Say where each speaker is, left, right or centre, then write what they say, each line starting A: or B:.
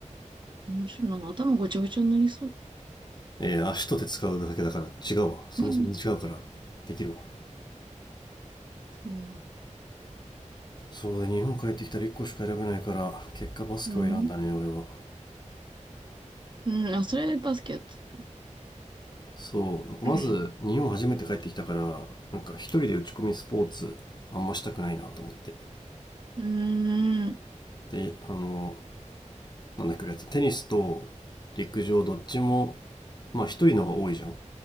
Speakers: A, on the right; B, on the left.
A: 面白いな。頭ごちゃごちゃになりそう。
B: えー足と手使うだけだから違うわ。そもそも違うから
A: うん。
B: できるわ。
A: そうなんだ。
B: そうで日本帰ってきたら1個しか選べないから結果バスケを選んだね俺は。
A: うん。うん。あ、それでバスケやってた。
B: そう。なんかまず日本初めて帰ってきたからなんか一人で打ち込みスポーツあんましたくないなと思って。
A: うん。うーん。
B: で、あの、なんだっけやつテニスと陸上どっちもまあ一人の方が多いじゃん。